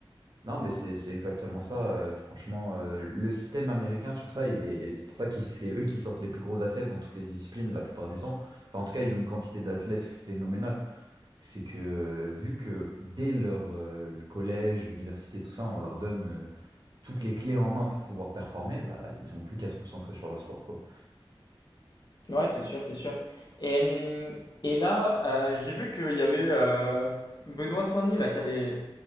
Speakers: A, on the right; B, on the left.
A: Non, mais c'est c'est exactement ça. euh, franchement, euh, le système américain sur ça, il est, c'est pour ça que c'est eux qui sortent les plus gros athlètes dans toutes les disciplines la plupart du temps. Enfin, en tout cas, ils ont une quantité d'athlètes phénoménale. C'est que euh, vu que dès leur euh, le collège, l'université, tout ça, on leur donne euh, toutes les clés en main pour pouvoir performer, bah ils ont plus qu'à se concentrer sur leur sport, quoi.
B: Ouais, c'est sûr, c'est sûr. Et, hum, et là, euh, j'ai vu qu'il y avait euh, Benoît Saint-Denis là, qui allait,